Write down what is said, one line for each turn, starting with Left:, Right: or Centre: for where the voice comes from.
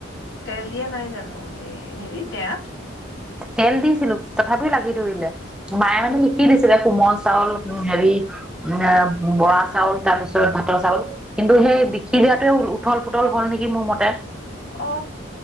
Left: তেল দিয়া নাই জানো এই হেৰি তেয়াত
Centre: তেল দিছিলো তথাপি লাগি ধৰিলে মায়ে মানে শিকি দিছিলে কোমল চাউল হেৰি উ বৰা চাউল তাৰ পিছত ভাতৰ চাউল কিন্তু সেই বিখি দিয়াতোৱে উঠল পুতল হল নেকি মোৰ মতে
Left: অ